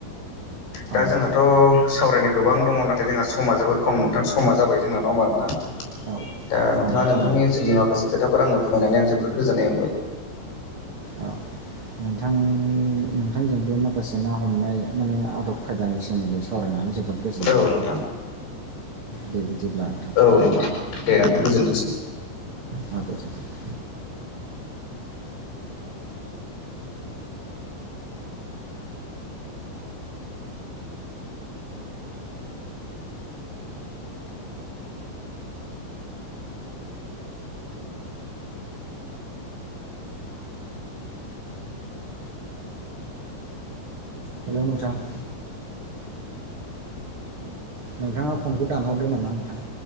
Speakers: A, on the left (about 60°); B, on the right (about 65°).
A: दा
B: औ
A: जोंहाथ'
B: नोंथां
A: सावरायनो गोबां दङ नाथाय जोंहा समा जोबोद खम नोंथां समा जाबाय जोंना नङा होमबा नोंथां।
B: औ
A: दा
B: औ
A: नोंथाङा
B: नोंथां
A: नोंथांनि
B: औ
A: ओनसोलनि मासे खोथाफोर आनो फोरमायनानै आं जोबोद गोजोननाय मोनबाय
B: औ नोंथां नोंथांजों बे माखासे ना हमनाय माने आदब खायदानि सोमोन्दै सावरायनानै जोबोद गोजोननाय
A: औ
B: मोनबाय
A: नोंथां
B: दे बिदिब्ला नोंथां।
A: औ नोंथां। दे नोंथां गोजोनथोंसै।
B: औ गोजोनथों। हेल' नोंथां। नोंथाङा फनखौ दानहरदो नामा नोंथां।